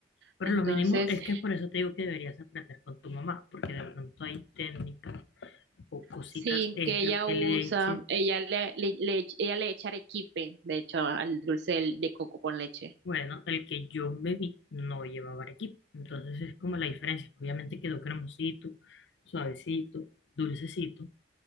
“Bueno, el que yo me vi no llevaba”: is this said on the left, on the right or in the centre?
Left